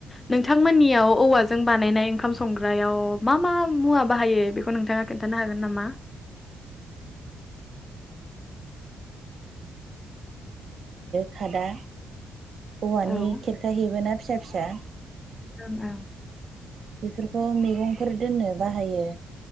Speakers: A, on the left; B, on the right.
A: नोंथांमोननियाव औवाजों बानायनाय ओंखाम संग्रायाव मा मा मुवा बाहायो बेखौ नोंथाङा खोन्थानो हागोन नामा?
B: खादा औवानि
A: औ ओं
B: खेरखा हेबोना फिसा फिसा।
A: ओं ओं।
B: बेफोरखौ मैगंफोर दोननो बाहायो।